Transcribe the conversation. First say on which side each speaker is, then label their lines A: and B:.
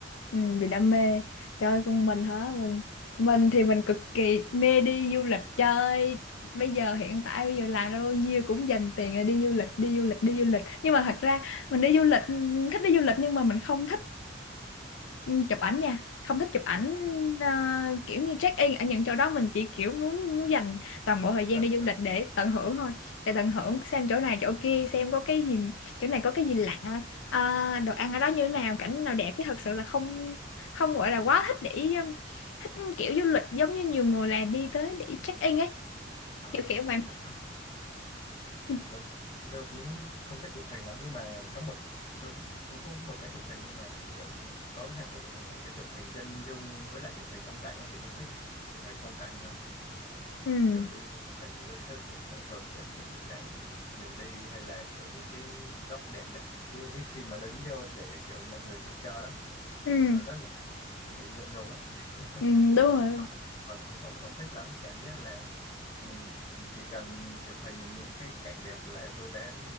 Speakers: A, on the left; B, on the left.
A: ừ,
B: kiểu
A: vì đam mê. Trời con mình hả? Mình mình thì mình cực kỳ mê đi du lịch chơi. Bây giờ hiện tại bây giờ làm ra bao nhiêu cũng dành tiền là đi du lịch, đi du lịch, đi du lịch. Nhưng mà thật ra mình đi du lịch, thích đi du lịch nhưng mà mình không thích Ừ, chụp ảnh nha không thích chụp ảnh ờ, kiểu như check in ở những chỗ đó mình chỉ kiểu muốn muốn dành toàn bộ thời gian
B: tận
A: đi du
B: hưởng
A: lịch để tận hưởng thôi để tận hưởng
B: à,
A: xem chỗ này chỗ kia xem có cái gì chỗ này có cái gì lạ ờ, đồ ăn ở đó như thế nào cảnh nào đẹp chứ thật sự là không không gọi là quá thích để um, thích kiểu du lịch giống như nhiều người là đi tới để check in ấy
B: à,
A: kiểu kiểu vậy
B: chụp
A: ừ
B: tôi, tôi cũng không thích chụp hình lắm nhưng mà có một tôi cũng có một cái chụp hình nhưng mà kiểu có hai kiểu chụp hình là kiểu chụp hình chân dung với lại chụp hình phong cảnh ấy, thì tôi thích chụp hình phong cảnh hơn
A: ừ
B: kiểu đi du lịch thì tôi thường, thường sẽ chụp cảnh đường đi hay là kiểu những cái góc đẹp này chứ ít khi mà đứng vô để kiểu mọi người chụp cho lắm
A: ừ
B: kiểu rất là bị ngượng ngùng ấy <laughs>
A: ừ,
B: một
A: đúng
B: phần
A: rồi
B: ngượng ngùng một phần cũng không không thích lắm cảm giác là mình chỉ cần chụp hình những cái cảnh đẹp là tôi đã